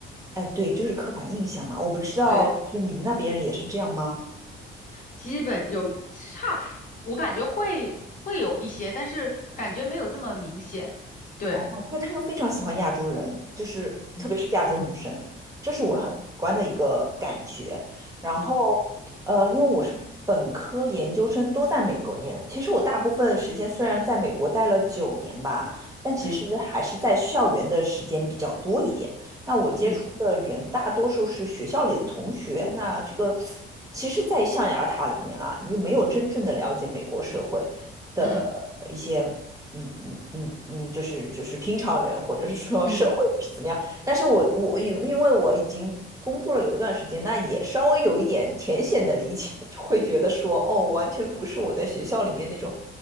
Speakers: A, on the right; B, on the left.
A: 哎，对，就是刻板印象嘛。我不知道，
B: 对，
A: 就是你们那边也是这样吗？
B: 基本有差，我感觉会会有一些，但是感觉没有这么明显。对，
A: 因为他们非常喜欢亚洲人，就是特别是亚洲女生，
B: 嗯
A: 这是我很直观的一个感觉。
B: 嗯
A: 然后，
B: 嗯
A: 呃，因为我是本科、研究生都在美国念的，其实我大部分时间虽然在美国待了九年吧，但其实还是在校园的时间比较多一点。
B: 嗯
A: 那我接触的人大多数是学校里的同学，
B: 嗯
A: 那这个其实，在象牙塔里面啦，你就没有真正的了解美国社会。的一些。
B: 嗯嗯
A: 嗯嗯嗯嗯，就是就是平常人或者是说社会人是怎么样？
B: 嗯。
A: 但是我我因因为我已经工作了有一段时间，那也稍微有一点浅显的理解，<laughs> 就会觉得说，哦，完全不是我在学校里面那种